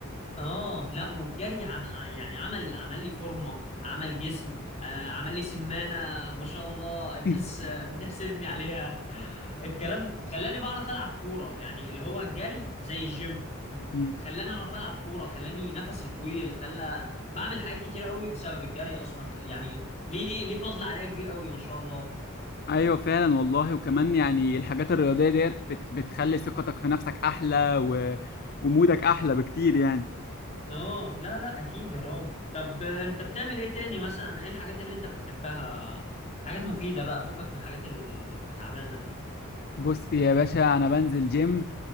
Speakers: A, on the left; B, on the left.
A: اه لا والجري عم... يعني عمل عمل لي فورمه عمل جسم آه عمل لي سمانه ما شاء الله <laughs> الناس
B: <laughs>
A: آه، بتحسدني عليها الكلام ده خلاني بعرف العب كوره يعني اللي هو الجري زي الجيم
B: مم.
A: خلاني اعرف العب كوره خلاني نفسي طويل خلى بعمل حاجات كتير قوي بسبب الجري اصلا يعني ليه ليه فضل عليا كبير قوي ما شاء الله
B: ايوه فعلا والله وكمان يعني الحاجات الرياضية ديت بت بتخلي ثقتك في نفسك احلى و... ومودك احلى بكتير يعني
A: اه لا لا اكيد يا راجل طب آه، انت بتعمل ايه تاني مثلا ايه الحاجات اللي انت بتحبها حاجات مفيدة بقى فكك من الحاجات التعبانة دي
B: بص يا باشا انا بنزل جيم